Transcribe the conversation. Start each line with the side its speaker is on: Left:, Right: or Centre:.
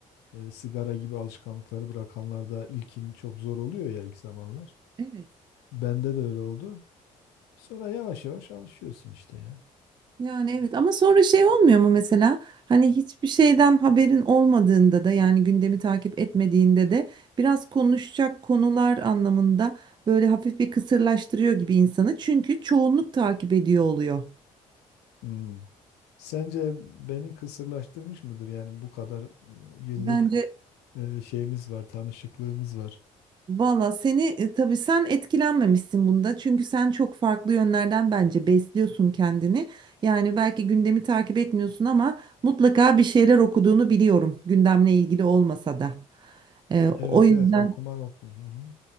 Left: e, sigara gibi alışkanlıkları bırakanlarda ilkin çok zor oluyor ya ilk zamanlar.
Right: Evet.
Left: Bende de öyle oldu. Sonra yavaş yavaş alışıyorsun işte ya.
Right: Yani evet ama sonra şey olmuyor mu mesela hani hiçbir şeyden haberin olmadığında da yani gündemi takip etmediğinde de biraz konuşacak konular anlamında böyle hafif bir kısırlaştırıyor gibi insanı çünkü çoğunluk takip ediyor oluyor.
Left: Hmm. Sence beni kısırlaştırmış mıdır? Yani bu kadar e, yıllık
Right: Bence
Left: e, şeyimiz var, tanışıklığımız var.
Right: valla seni e, tabii sen etkilenmemişsin bunda çünkü sen çok farklı yönlerden bence besliyorsun kendini. Yani belki gündemi takip etmiyorsun ama mutlaka bir şeyler okuduğunu biliyorum gündemle ilgili olmasa da. E,
Left: Evet
Right: o yüzden.
Left: evet okuma nokta. Hı hı.